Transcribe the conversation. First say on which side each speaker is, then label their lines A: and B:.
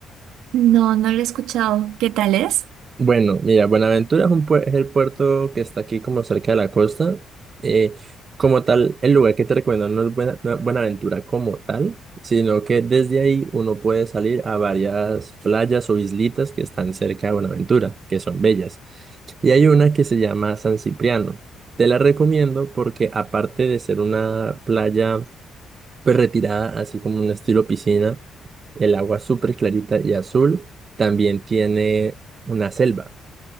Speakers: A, on the right (about 80°); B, on the right (about 45°).
A: No, no lo he escuchado. ¿Qué tal es?
B: Bueno, mira, Buenaventura es, un puer- es el puerto que está aquí como cerca de la costa. Eh, como tal, el lugar que te recomiendo no es Buena- no es Buenaventura como tal, sino que desde ahí uno puede salir a varias playas o islitas que están cerca de Buenaventura, que son bellas. Y hay una que se llama San Cipriano. Te la recomiendo porque aparte de ser una playa pues retirada, así como un estilo piscina, el agua es súper clarita y azul, también tiene una selva.